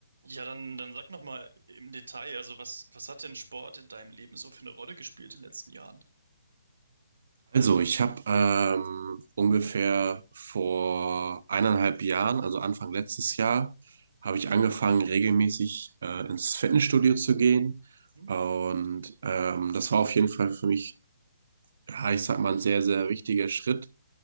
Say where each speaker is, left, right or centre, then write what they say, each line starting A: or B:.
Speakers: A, on the right; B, on the right.
A: Ja, dann, dann sag noch mal im Detail, also was, was hat denn Sport in deinem Leben so für eine Rolle gespielt in den letzten Jahren?
B: Also, ich habe ähm, ungefähr vor eineinhalb Jahren, also Anfang letztes Jahr, habe ich angefangen, regelmäßig äh, ins Fitnessstudio zu gehen.
A: Hm,
B: Und ähm, das war auf jeden Fall für mich, ja, ich sag mal, ein sehr, sehr wichtiger Schritt